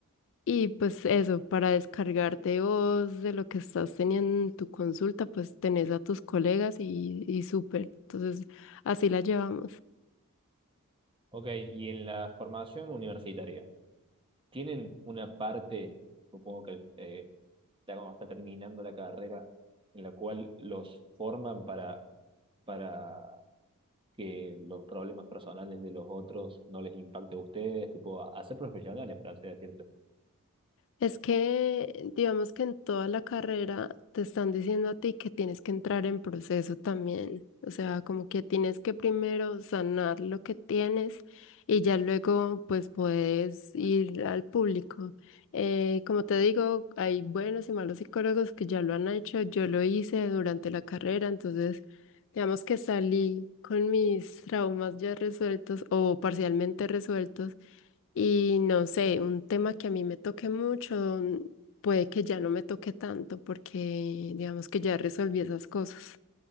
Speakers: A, on the left; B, on the right.
A: Y pues eso, para descargarte vos de lo que estás teniendo en tu consulta, pues tenés a tus colegas y, y súper. Entonces, así la llevamos.
B: Ok, ¿y en la formación universitaria? tienen una parte, supongo que eh, ya cuando está terminando la carrera, en la cual los forman para, para que los problemas personales de los otros no les impacte a ustedes, tipo, a, a ser profesionales, por así decirte.
A: Es que, digamos que en toda la carrera te están diciendo a ti que tienes que entrar en proceso también. O sea, como que tienes que primero sanar lo que tienes y ya luego pues puedes ir al público. Eh, como te digo, hay buenos y malos psicólogos que ya lo han hecho. Yo lo hice durante la carrera, entonces digamos que salí con mis traumas ya resueltos o parcialmente resueltos. Y no sé, un tema que a mí me toque mucho, mm, puede que ya no me toque tanto porque digamos que ya resolví esas cosas.